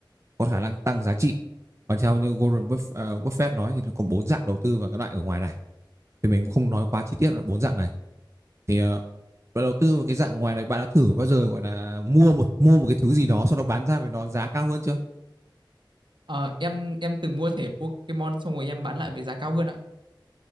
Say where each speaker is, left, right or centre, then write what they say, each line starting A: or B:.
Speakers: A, on the right; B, on the right.
A: có khả năng tăng giá trị và theo như Warren ờ, Buffett nói thì nó có bốn dạng đầu tư vào cái loại ở ngoài này thì mình cũng không nói quá chi tiết là bốn dạng này thì ờ, đầu tư vào cái dạng ngoài này bạn đã thử bao giờ gọi là mua một mua một cái thứ gì đó sau đó bán ra với nó giá cao hơn chưa
B: Ờ, em em từng mua thẻ Pokemon xong rồi em bán lại với giá cao hơn ạ